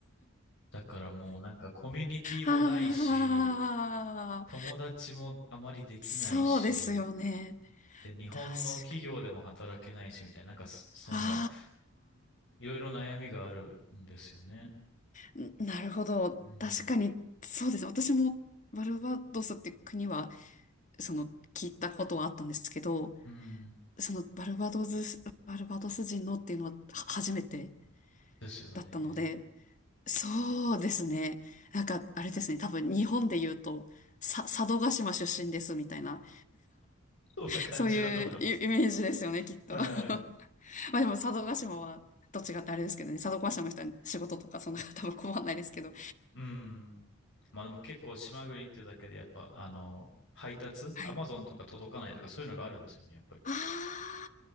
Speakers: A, on the left; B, on the left.
A: だからもうなんかコミュニティもないし、
B: ー、<laughs> あー、
A: 友達もあまりできないし、
B: そうですよね。
A: で、日本の企業でも働けないしみたいな、
B: 確かに。
A: なんかそその、
B: あ
A: いろいろ悩みがあるんですよね。
B: あ、んなるほど。
A: うん。
B: 確かに、そうですね。私もバルバドスっていう国は、その、聞いたことはあったんですけど、
A: うん。
B: そのバルバドス、バルバドス人のっていうのはは初めて
A: ですよね。
B: だったので、そうですね。なんか、あれですね。多分日本で言うと、さ、佐渡島出身ですみたいな、
A: そんな感じだと思います。
B: <laughs> そういうイイメージですよね、きっと。
A: はい。
B: <laughs> まあでも佐渡島は、と違ってあれですけどね、佐渡島の人は仕事とかそんな多分困んないですけど。
A: うん。まあでも結構島国っていうだけでやっぱ、あの、配達、
B: はい。
A: アマゾンとか届かないとかそういうのがあるんですよね、やっぱり。
B: あー